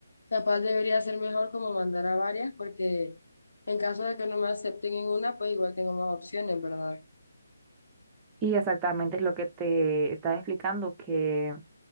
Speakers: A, on the left; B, on the right.
A: capaz debería ser mejor como mandar a varias porque en caso de que no me acepten en una, pues igual tengo más opciones, ¿verdad?
B: Sí, exactamente es lo que te estaba explicando, que